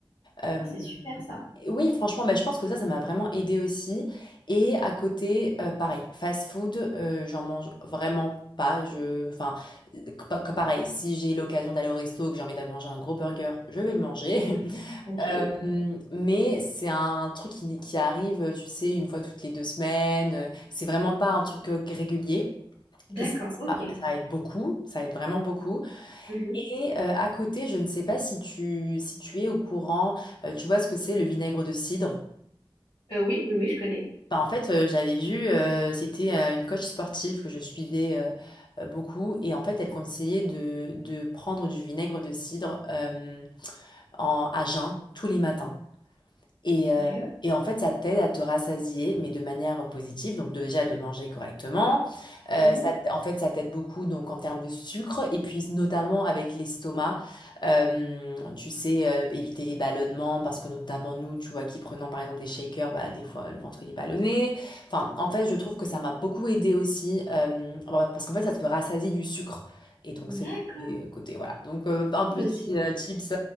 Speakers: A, on the left; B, on the left.
A: Euh,
B: Ah, c'est super ça.
A: oui, franchement, bah, je pense que ça, ça m'a vraiment aidé aussi. Et à côté, euh, pareil, fast food, euh, j'en mange vraiment pas. Je, enfin, euh, pa- que pareil, si j'ai l'occasion d'aller au resto, que j'ai envie d'aller manger un gros burger, je vais le manger. <laughs>
B: Ok.
A: Euh, mais c'est un truc qui, qui arrive, tu sais, une fois toutes les deux semaines. C'est vraiment pas un truc euh, régulier.
B: D'accord.
A: Et ça,
B: Ok.
A: ça ça aide beaucoup, ça aide vraiment beaucoup.
B: Mhm.
A: Et euh, à côté, je ne sais pas si tu, si tu es au courant, euh, tu vois ce que c'est le vinaigre de cidre?
B: Euh, oui, oui, oui, je connais.
A: Bah, en fait, euh, j'avais vu, euh, c'était euh, une coach sportive que je suivais euh, euh, beaucoup, et en fait, elle conseillait de, de prendre du vinaigre de cidre euh, en, à jeun tous les matins. Et,
B: Sérieux?
A: euh, et en fait, ça t'aide à te rassasier, mais de manière positive. Donc déjà de manger correctement. Euh,
B: Mhm.
A: ça, t- en fait, ça t'aide beaucoup donc en termes de sucre et puis notamment avec l'estomac. Euh, tu sais euh, éviter les ballonnements parce que notamment nous, tu vois, qui prenons par exemple des shakers, bah des fois le ventre il est ballonné. Enfin, en fait, je trouve que ça m'a beaucoup aidé aussi euh, bon, parce qu'en fait, ça te rassasie du sucre et donc c'est
B: D'accord.
A: le mauvais côté. Voilà. Donc euh, un petit
B: Bah, c'est
A: euh, tips